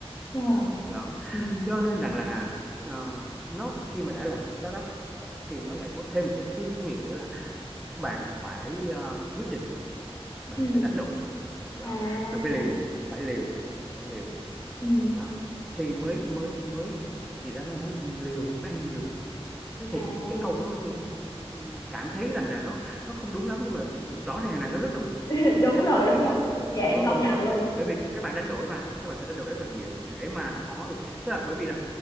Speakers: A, on the left (about 35°); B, in the centre.
A: Wow.
B: đó
A: Ừ.
B: cho nên rằng là ờ, nó khi mà đã là startup thì nó lại có thêm một cái thứ khắc nghiệt nữa là bạn phải ờ, quyết định bạn
A: Ừ.
B: phải đánh đổi đó
A: à
B: bạn phải liều phải liều phải liều
A: ừ
B: đó thì mới mới mới gì đó nó nói liều thì mới ăn nhiều nó thì
A: à
B: cái cái câu đó ừ, ừ, cảm thấy rằng là nó nó không đúng lắm nhưng mà rõ ràng là nó rất đúng
A: <laughs> đúng
B: em
A: rồi
B: có công
A: đúng
B: nhận không
A: rồi dạ em
B: em có
A: công
B: công
A: nhận
B: nhận không
A: luôn
B: bởi vì các bạn đánh đổi mà các bạn phải đánh đổi rất là nhiều để mà có được tức là bởi vì là